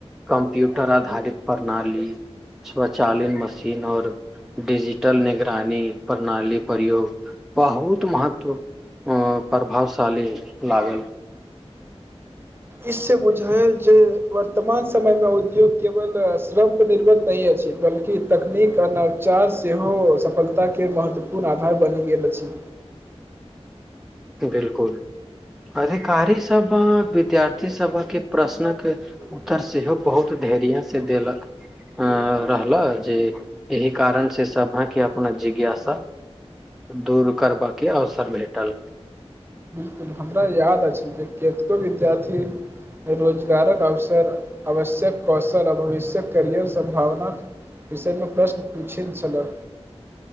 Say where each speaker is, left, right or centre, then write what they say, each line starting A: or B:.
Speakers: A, in the centre; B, on the right.
A: कम्प्यूटर आधारित प्रणाली स्वचालन मशीन और डिजिटल निगरानी प्रणाली प्रयोग बहुत महत्व अऽ प्रभावशाली लागल
B: इस बुझायल जे वर्तमान समयमे उद्योग केवल श्रमपर निर्वत नहि अछि बल्कि तकनीक आ नवचार सेहो सफलताके महत्वपूर्ण आधार बनि गेल अछि
A: बिलकुल अधिकारीसभ विद्यार्थीसभके प्रश्नक उत्तर सेहो बहुत धैर्यसँ देलक <inaudible> रहलह जे एहि कारणसँ सभके अपना जिज्ञासा दूर करबाकके अवसर भेटल
B: लेकिन <unintelligible> हमरा याद अछि जे केतको विद्यार्थी रोजगारक अव <inaudible> आवश्यक कौशल आ भविष्यक करैियर सं्भावना विषयमे प्रश्न पूछेत छलऽ